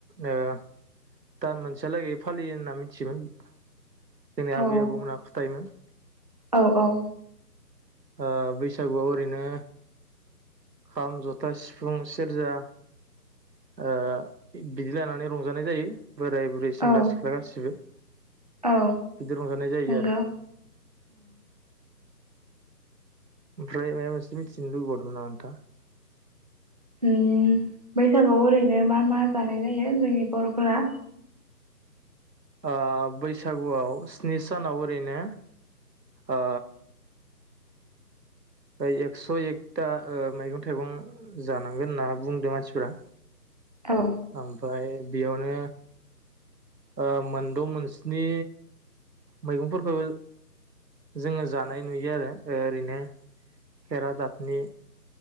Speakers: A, on the right; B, on the right.
A: ओ दान मोनसेयालागै फालियो होनना मिथियोमोन जोंनि
B: औ
A: आबै आबौमोनहा खोथायोमोन
B: औ औ
A: ओ बैसागुआव ओरैनो खाम जथा सिफुं सेरजा बिदि लानानै रंजानाय जायो बोराय बुरै सेंग्रा
B: औ
A: सिख्ला गासिबो
B: औ
A: बिदि रंजानाय जायो
B: नंगौ
A: आरो ओमफ्राय माबा ‌मोनसे मिथिनो लुगैबावदोंमोंन नामा नोंथां
B: उम बैसागुआव ओरैनो मा मा जानाय जायो जोंनि बर'फोरा
A: ओ बैसागुआव स्नि सानाव ओरैनो ओ एकस' एकथा ओ मैगं थाइगं जानांगोन होनना बुंदों मानसिफ्रा
B: औ
A: ओमफ्राय बेयावनो ओ मोनद' मोनस्नि मैगंफोरखौ जोङो जानाय नुयो आरो ओरैनो खेरादाफिनि